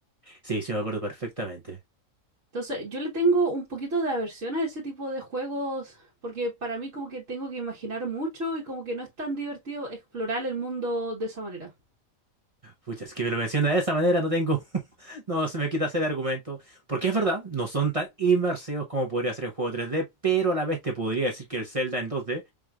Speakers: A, on the right; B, on the right.
A: Sí, sí, me acuerdo perfectamente.
B: Entonces, yo le tengo un poquito de aversión a ese tipo de juegos porque para mí como que tengo que imaginar mucho y como que no es tan divertido explorar el mundo de esa manera.
A: Pucha, es que me lo menciona de esa manera, no tengo, <laughs> no se me quita hacer el argumento. Porque es verdad, no son tan inmersivos como podría ser en juego 3D, pero a la vez te podría decir que el Zelda en 2D